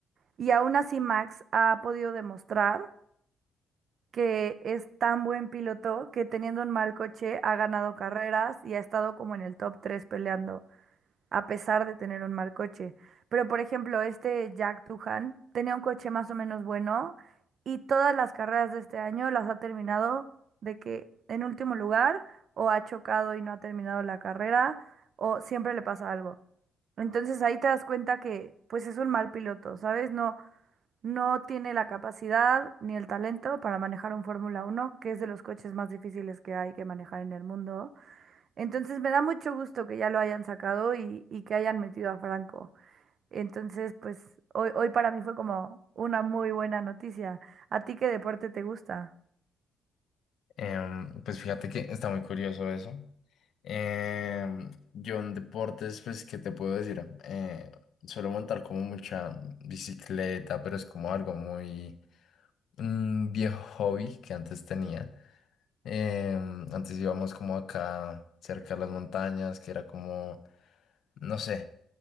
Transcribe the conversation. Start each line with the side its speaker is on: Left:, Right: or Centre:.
Right: Y aún así Max ha podido demostrar que es tan buen piloto que teniendo un mal coche ha ganado carreras y ha estado como en el top 3 peleando a pesar de tener un mal coche. Pero, por ejemplo, este Jack Tuhan tenía un coche más o menos bueno y todas las carreras de este año las ha terminado de que en último lugar o ha chocado y no ha terminado la carrera o siempre le pasa algo. Entonces ahí te das cuenta que pues es un mal piloto, ¿sabes? No, no tiene la capacidad ni el talento para manejar un Fórmula uno que es de los coches más difíciles que hay que manejar en el mundo. Entonces me da mucho gusto que ya lo hayan sacado y, y que hayan metido a Franco. Entonces, pues hoy, hoy para mí fue como una muy buena noticia. ¿A ti qué deporte te gusta?
Left: Em, pues fíjate que está muy curioso eso. Em, yo en deportes, pues, ¿qué te puedo decir? Eh, suelo montar como mucha bicicleta, pero es como algo muy un viejo hobby que antes tenía. Em, antes íbamos como acá cerca de las montañas, que era como, no sé.